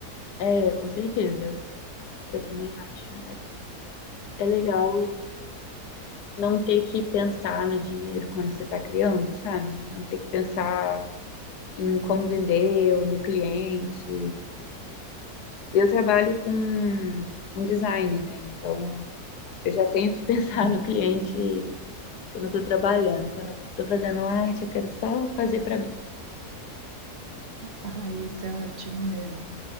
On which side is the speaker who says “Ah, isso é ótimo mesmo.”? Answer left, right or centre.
Right